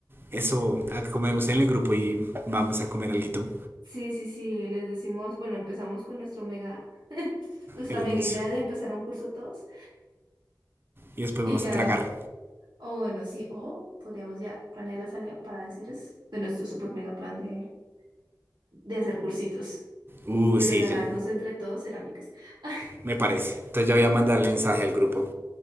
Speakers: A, on the right; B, on the right.
A: Eso, ah, comemos en el grupo y vamos a comer algo,
B: Sí, sí, sí. Les decimos, bueno, empezamos con nuestro mega, <laughs> nuestra
A: el
B: mega
A: anuncio.
B: idea de empezar un curso todos.
A: Y después
B: Y
A: vamos
B: ya
A: a tragar.
B: O bueno, sí, o podríamos ya planear la salida para decirles de nuestro super mega plan de, de hacer cursitos
A: Uh,
B: y
A: sí,
B: regalarnos
A: ya,
B: entre todos cerámicas. <laughs>
A: me parece. Entonces ya voy a mandarle mensaje al grupo.